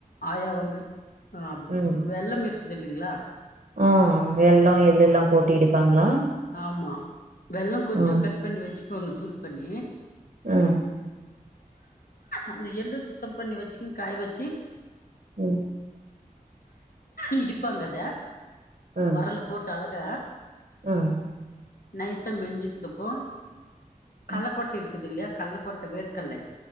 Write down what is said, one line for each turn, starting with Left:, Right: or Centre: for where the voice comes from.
Left: ஆய வந்து ஆ
Right: ம்
Left: வெள்ளம் இருக்குது இல்லைங்களா
Right: ஆ ஆ வெள்ளம் எள்ளு எல்லா போட்டு இடிப்பாங்களா
Left: ஆமா வெள்ளம் கொஞ்சம்
Right: ம்
Left: கட் பண்ணி வச்சுக்குவோங்க தூள் பண்ணி
Right: ம்
Left: அந்த எள்ளு சுத்தம் பண்ணி வச்சுக்குு காய் வச்சு
Right: ம்
Left: இடிப்பாங்கதை
Right: ம்
Left: ஓரல்ல போட்டு அழக
Right: ம்
Left: நைசா மெஞ்சுதுக்குப்போ
Right: ம்
Left: கள்ளக்கட்ட இருக்கு இருக்குது இல்லையா கல்லக்கோட்ட வேர்கல்லை